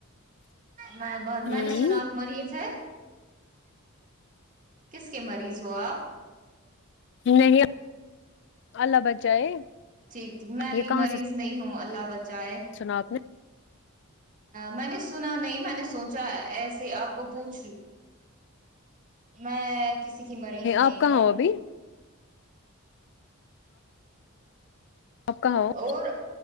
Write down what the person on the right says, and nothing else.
میں بر میں
نے سنا اب مریض ہے کس کی مریض ہو آپ
ٹھیک میں
بھی
مریض
نہیں ہوں اللہ بچائے
میں نے سنا نہیں میں نے سوچا ایسے آپ کو پوچھ لوں میں کسی کی مریض نہیں
ہوں
اور